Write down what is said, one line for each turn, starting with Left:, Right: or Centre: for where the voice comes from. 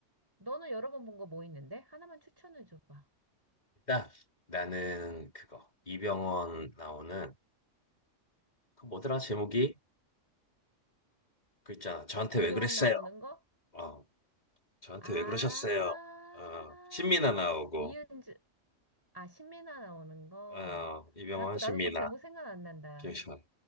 Right: 너는 여러 번 본 거 뭐 있는데? 하나만 추천해 줘봐.
Left: 일단 나는 그거 이병헌 나오는 그 뭐더라 제목이 그 있잖아. 저한테
Right: 이병헌
Left: 왜 그랬어요?
Right: 나오는 거?
Left: 어, 저한테
Right: 아,
Left: 왜 그러셨어요? 어, 신민아 나오고
Right: 이은주, 아, 신민아 나오는 거.
Left: 어, 이병헌
Right: 아, 나 그, 나도
Left: 신민아
Right: 그 제목 생각 안 난다.
Left: 김시환